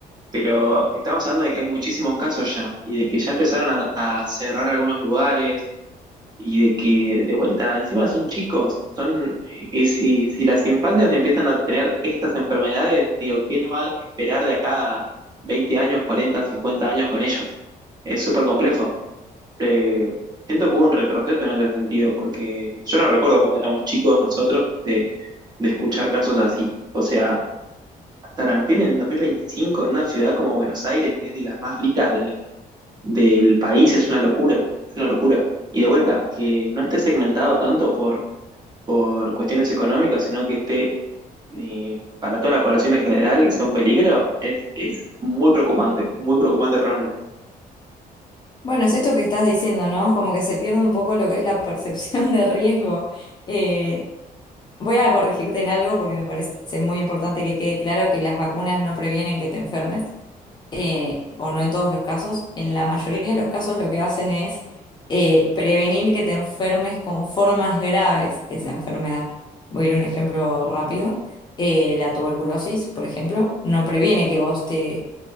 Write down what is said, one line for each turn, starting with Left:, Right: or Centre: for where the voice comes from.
Right: pero estamos hablando de que hay muchísimos casos ya y de que ya empezaron a, a cerrar algunos lugares, y de que de vuelta, encima son chicos, son, y si, si las infancias empiezan a tener estas enfermedades, digo, ¿qué nos va a esperar de acá a 20 años, 40 50 años con ellos? Es súper complejo. Eh, siento que hubo un retroceso en ese sentido, porque yo no recuerdo cuando éramos chicos nosotros de, de escuchar casos así. O sea, Sarampión en 2025 en una ciudad como Buenos Aires, que es de las más ricas de, del país, es una locura, es una locura. Y de vuelta, que no esté segmentado tanto por, por cuestiones económicas, sino que esté eh, para toda la población en general, sea un peligro, es, es muy preocupante, muy preocupante realmente.
Left: Bueno, es esto que estás diciendo, ¿no? Como que se pierde un poco lo que es la percepción de riesgo. Eh, voy a corregirte en algo porque me parece muy importante que quede claro que las vacunas no previenen que te enfermes. eh, o no en todos los casos, en la mayoría de los casos lo que hacen es eh, prevenir que te enfermes con formas graves de esa enfermedad. Voy a ir a un ejemplo rápido. Eh, la tuberculosis, por ejemplo, no previene que vos te